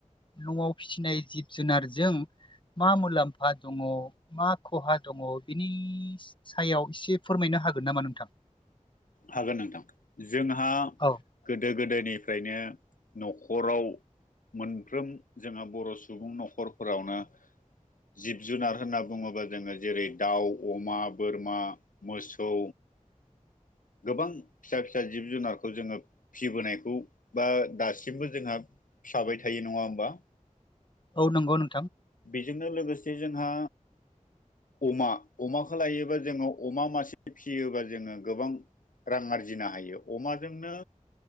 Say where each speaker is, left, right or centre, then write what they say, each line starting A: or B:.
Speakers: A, on the left (about 35°); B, on the left (about 85°).
A: न'आव फिसिनाय जिब जुनारजों मा मुलाम्फा दङ मा खहा दङ बिनि सायाव एसे फोरमायनो हागोन नामा नोंथां?
B: हागोन नोंथां जोंहा
A: औ
B: गोदो गोदोनिफ्रायनो न'खराव मोनफ्रोम जोंहा बर' सुबुं न'खरफोरावनो जिब जुनार होनना बुङोबा जोङो जेरै दाउ अमा बोरमा मोसौ
A: <inaudible>
B: गोबां फिसा फिसा जिब जुनारखौ जोङो फिसिबोनायखौ बा दासिमबो जोंहा थाबाय थायो नङा होमबा।
A: औ नंगौ नों
B: बेजोंनो लोगोसे जोंहा अमा अमाखौ लायोबा जोङो अमा मासे फिसियोबा जोङो गोबां रां आरजिनो हायो अमाजोंनो